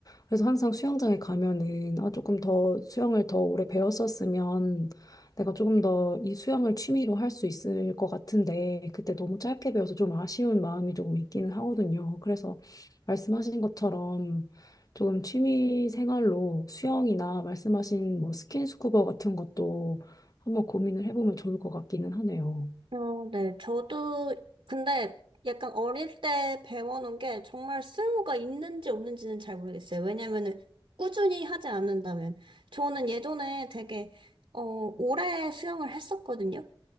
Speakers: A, on the left; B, on the right.
A: 그래서 항상 수영장에 가면은 아 조금 더 수영을 더 오래 배웠었으면 내가 조금 더 이 수영을 취미로 할 수 있을 것 같은데 그때 너무 짧게 배워서 좀 아쉬운 마음이 조금 있기는 하거든요. 그래서 말씀하신 것처럼 조금 취미 생활로 수영이나 말씀하신 뭐 스킨스쿠버 같은 것도 한번 고민을 해보면 좋을 것 같기는 하네요.
B: 어, 네. 저도, 근데 약간 어릴 때 배워놓은 게 정말 쓸모가 있는지 없는지는 잘 모르겠어요. 왜냐면은 꾸준히 하지 않는다면. 저는 예전에 되게, 어, 오래 수영을 했었거든요.